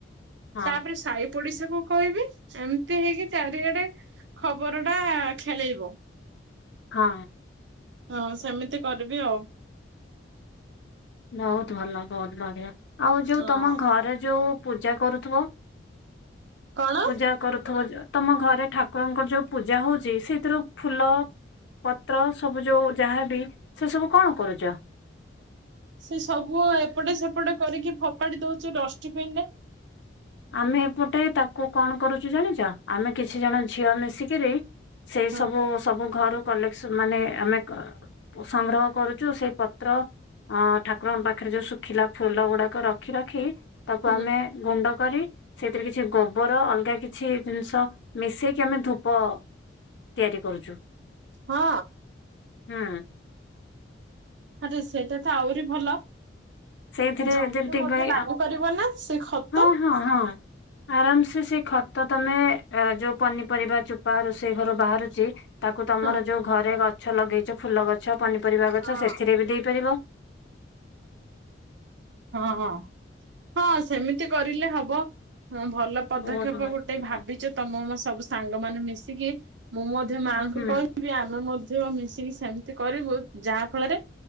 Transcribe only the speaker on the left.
ହଁ
ହଁ।
ବହୁତ ଭଲ ବହୁତ ବଢିଆ ଆଉ ଯୋଉ
ତମ ଘର ଯୋଉ ପୂଜା କରୁଥିବ
ପୂଜା କରୁଥିବ ଯ ତମ ଘରେ ଠାକୁରଙ୍କର ଯୋଉ ପୂଜା ହଉଚି ସେଇଥିରୁ ଫୁଲ ପତ୍ର ସବୁ ଯୋଉ ଯାହାବି ସେ ସବୁ କଣ କରୁଚ?
ଆମେ ଏପଟେ ତାକୁ କଣ କରୁଚୁ ଜାଣିଚ ଆମେ କିଛି ଜଣ ଝିଅ ମିଶି ରେ ସେଇ
ସବୁ ସବୁ ଘର କଲେକ୍ସନ ମାନେ ଆମେ କ ପ ସଂଗ୍ରହ କରୁଛୁ ସେଇ ପତ୍ର ଅ ଠାକୁରଙ୍କ ପା ପାଖରେ ଯୋଉ ଶୁଖିଲା ଫୁଲ ଗୁଡାକ ରଖି ରଖି ତାକୁ
ଆମେ ଗୁଣ୍ଡ। କରି ସେଥିରେ କିଛି ଗୋବର ଅଲଗା କିଛି ଜିନିଷ ମିଶେଇକି ଆମେ ଧୂପ। ତିଆରି କରୁଛୁ।
ହୁଁ।
ସେଇଥିରେ
ଯେମିତି
ଗାଈ
ହଁ ହଁ ହଁ। ଆରାମ ସେ ସେ ଖତ ତମେ ଏ ଯୋଉ ପନିପରିବା ଚୁପା ରୋଷେଇ ଘରୁ ବାହାରୁଛି। ତାକୁ ତମର
ଯଉ ଘରେ ଗଛ ଲଗେଇଛ ଫୁଲ ଗଛ ପନିପରିବା ଗଛ
ସେଥିରେ ବି ଦେଇପାରିବ।
ବହୁତ ଭଲ
ସେଟା।
ହୁଁ